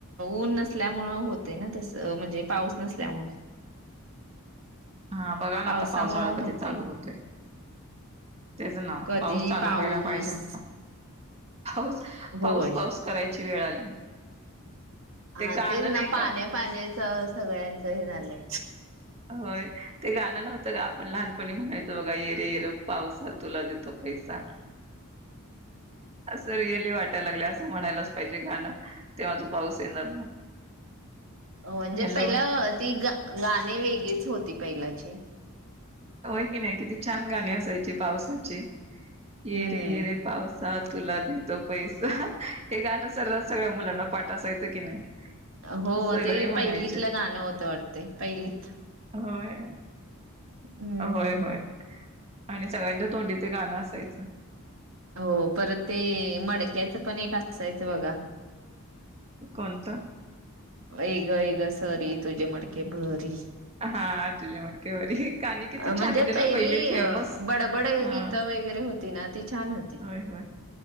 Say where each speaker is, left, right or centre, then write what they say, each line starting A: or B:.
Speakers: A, on the right (about 65°); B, on the right (about 30°).
A: ऊन नसल्यामुंळ होते ना तसं. म्हणजे पाऊस नसल्यामुळं.
B: हा बघा ना
A: पावसामुळं
B: आता, पावसाळा कधी
A: होतय
B: चालू होतोय. तेच ना.
A: कधी
B: पाऊस चालू
A: पाऊस
B: व्हायला पाहिजे होता. पाऊस.
A: होय
B: पाऊस- पाऊस करायची वेळ आली.
A: हा
B: ते गाणं
A: तेच ना.
B: नाही
A: पाण्या-
B: का
A: पाण्याचं, सगळ्यांचं हे झालंय.
B: होय. ते गाणं नव्हतं का? आपण लहानपणी म्हणायचो बघा. येरे, येर पावसा, तुला देतो पैसा.
A: <inaudible>
B: असं रिअली वाटायला लागले. असं म्हणायलाच पाहिजे, गाणं. तेव्हा तो पाऊस येणार मग.
A: म्हणजे
B: हॅलो
A: पहिला, ती ग- गाणी वेगळीच होती पहिलाची.
B: होय की नाही? किती छान गाणी असायची, पावसाची. येरे,
A: हम्म
B: येरे पाऊस सा, तुला देतो पैसा. हे गाणं सर्रास सगळ्या मुलांना पाठ असायचं, की नाही.
A: हो.
B: सगळे
A: ते,
B: म्हणायचे
A: पहिलीतलं गाणं होतं वाटते. पहिलीत
B: होय.
A: हम्म
B: होय
A: हम्म
B: - होय. आणि सगळ्यांच्या तोंडी ते गाणं असायचं.
A: हो परत ते, मडक्याचं पण एक असायचं बघा.
B: कोणतं?
A: ये ग ये ग सरी, तुझे मडके भरी.
B: हा तुझ्या मटकेवरी गाणी किती
A: अ म्हणजे
B: छान होते
A: पहिली,
B: ना फेमस
A: बडबड
B: हा
A: गीतं व गैरे होती ना. ते छान हो
B: होय, होय.